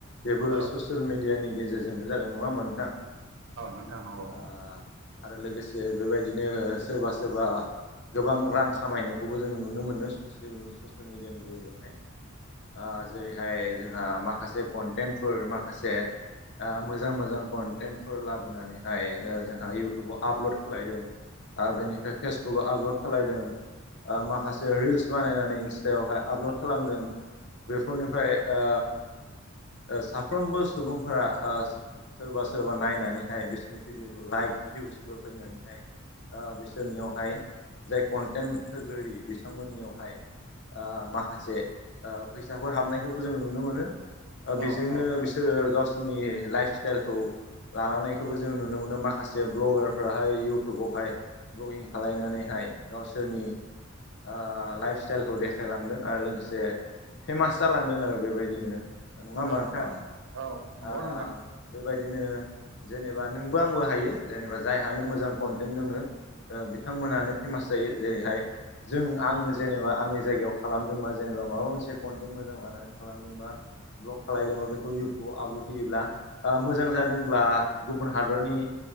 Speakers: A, on the left; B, on the right.
A: बेबो
B: औ
A: ससियेल मिडियानि गेजेरजोंनो जादों नङा होमबा नोंथां
B: <unintelligible>
A: ओ आरो लोगोसे बेबायदिनो सोरबा सोरबा गोबां रां खामायनायखौबो जोङो नुनो मोन्दों ससियेल ससियेल मिडियानि गेजेरजोंहाय आ जेरैहाय जोंहा माखासे कन्टेन्टफोर माखासे आ मोजां मोजां कन्टेन्टफोर लाबोनानैहाय ओ जोंहा इउटुबाव आपलड खालायदों आर बेनिफ्राय फेसबुकाव आपल'ड खालायदों ओ माखासे रिल्स बानायनानै इन्स्टायावहाय आपल'ड खालामदों बेफोरनिफ्राय ओ ओ साफ्रोमबो सुबुंफोरा ओस सोरबा सोरबा नायनानैहाय बिसिनि भिडिअखौ लाइक भिउसफोर फैनानैहाय ओ बिसोरनियावहाय जाय कन्टेन्ट होगोरि बिथांमोननियावहाय ओ माखासे ओ फैसाफोर हाबनायखौबो जों नुनो मोनो ओ बेजोंनो
B: औ औ
A: बिसोरो गावसिनि लाइफ स्टाइलखौ लालांनायखौबो जों नुनो मोनो माखासे भ्लगारफ्राहाय इउटुबावहाय ब्ल'गिं खालायनानैहाय गावसोरनि आ लाइफ स्टाइलखौ देखायलांदों आरो लोगोसे फेमास जालांदों आरो बे बायदिनो नङा होमबा
B: औ
A: नोंथां।
B: औ औ नंगौ
A: आ
B: नोंथां
A: बे बायदिनो जेनेबा नोंबो आंबो हायो जेनेबा जायहानो मोजां कन्टेन्ट दोङो। बिथांमोनानो फेमास जायो। जेरैहाय जों आं जेनेबा आंनि जायगायाव खालामदोंबा जेनेबा माबा मोनसे कन्टेन्ट मोजां लानानै खालाम ब्लग खालायदोंबा बेखौ इउटुबाव आपलड होयोब्ला आ मोजां जादोंब्ला गुबुन हादरनि